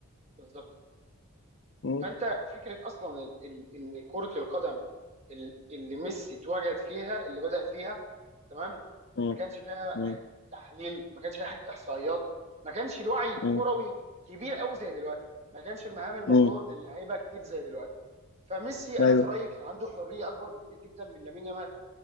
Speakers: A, on the right; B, on the left.
A: بالظبط
B: مم.
A: فانت فكره اصلا ال- ال- ان كره القدم ال- اللي ميسي اتوجد فيها اللي بدأ فيها تمام
B: مم.
A: ما كانش فيها
B: مم.
A: حته تحليل ما كانش فيها حته احصائيات ما كانش الوعي الكروي
B: مم.
A: كبير قوي زي دلوقتي ما كانش المهام المطلوبه
B: مم.
A: من اللعيبه كتير زي دلوقتي فميسي
B: ايوه
A: انا في رايي كان عنده حريه اكبر بكتير جدا من لامين يامال